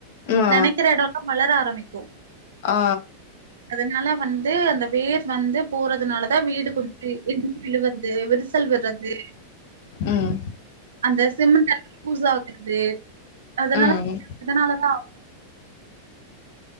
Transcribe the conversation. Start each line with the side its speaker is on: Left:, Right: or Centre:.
Left: ஆ
Right: நெனைக்கற எடல்லா வளர ஆரம்பிக் க்கு
Left: ஆ
Right: அதனால வந்து அந்த வேர் வந்து போறதுனாலதா வீடு கொஞ்ச <inaudible> விழுவ றது விரிசல் விடுறது
Left: ம்
Right: அந்த சிமெண்ட்ட பூசா றது அதனால
Left: ம்
Right: அதனாலதா <inaudible>